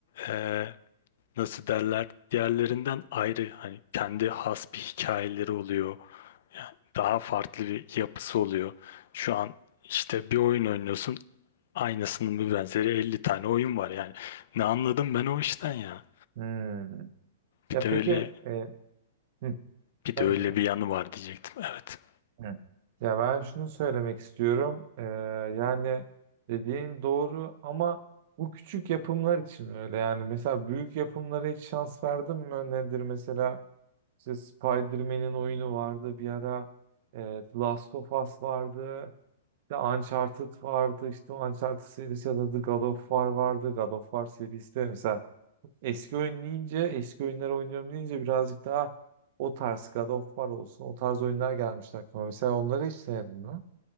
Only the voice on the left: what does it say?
eee, nasıl derler diğerlerinden ayrı hani kendi has bir hikayeleri oluyor. Yani daha farklı bir yapısı oluyor. Şu an işte bir oyun oynuyorsun aynısının bir benzeri 50 tane oyun var yani. Ne anladım ben o işten ya.
Bir de
öyle
bir
de öyle
bir yanı var diyecektim. Evet.